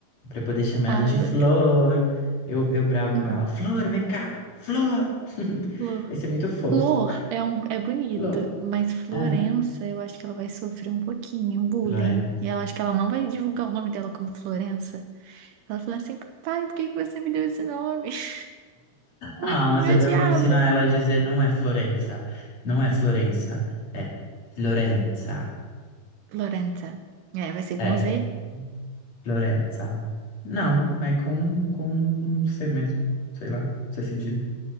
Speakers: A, on the left (about 50°); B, on the right (about 75°).
A: Pra poder chamar
B: Ai,
A: ela de
B: meu
A: Flor.
B: Deus.
A: Eu, eu bravo
B: Não.
A: com ela. Flor, vem cá! Flor! <laughs>
B: Flor.
A: Vai ser muito fofo.
B: Flor é, um, é bonito,
A: Flor.
B: mas Florença,
A: É,
B: eu acho que ela vai sofrer um pouquinho, bullying.
A: Florença.
B: E eu acho que ela não vai divulgar o nome dela como Florença. Ela fala assim, papai, por que que você me deu esse nome? <laughs> Eu
A: Ah, mas
B: Me
A: eu eu
B: odiava.
A: vou ensinar ela a dizer não é Florença. Não é Florença. É Florenza.
B: Florença. É, vai ser
A: É
B: com Z?
A: Florenza. Não, é com, com, com C mesmo. Sei lá, C cedilha.